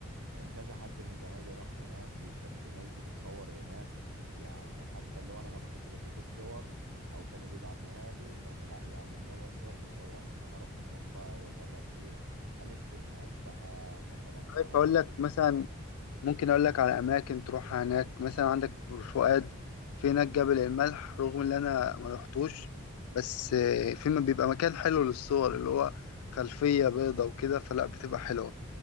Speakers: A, on the right; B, on the left.
A: كان كذا حد من زمايلي راح هناك وكانت الناس بتتصور هناك يعني حتى اللي هو انا لما كنت بشوف الصور او كانوا بيبعتوها لي فلا يعني اللي هو الصور بتشوقني ان انا اروح هناك بقى واجرب ايه الف هناك بقى مثلا اقضي
B: عارف اقول لك مثلا
A: يوم اه
B: ممكن اقول لك على اماكن تروح هناك مثلا عندك بور فؤاد في هناك جبل الملح رغم ان انا ما رحتوش بس آه، في م- بيبقى مكان حلو للصور اللي هو خلفية بيضة وكده فلا بتبقى حلوة